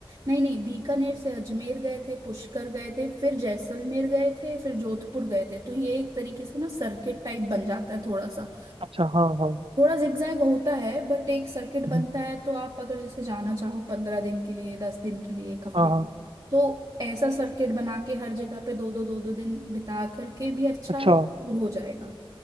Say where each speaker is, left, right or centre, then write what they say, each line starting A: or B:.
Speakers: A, on the right; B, on the right.
A: नहीं नहीं बीकानेर से अजमेर गए थे पुष्कर गए थे फिर जैसलमेर गए थे फिर जोधपुर गए थे तो ये एक तरीके से ना सर्किट टाइप बन जाता है थोड़ा सा
B: अच्छा हाँ हाँ
A: थोड़ा zigzag होता है बट एक सर्किट बनता
B: हम्म,
A: है तो आप अगर जैसे जाना चाहो पंद्रह दिन के लिए दस दिन के लिए एक हफ्ते
B: हाँ
A: के
B: हाँ
A: लिए तो ऐसा सर्किट बना के हर जगह पे दो दो दो दो दिन बिता करके भी अच्छा
B: अच्छा
A: टूर हो जाएगा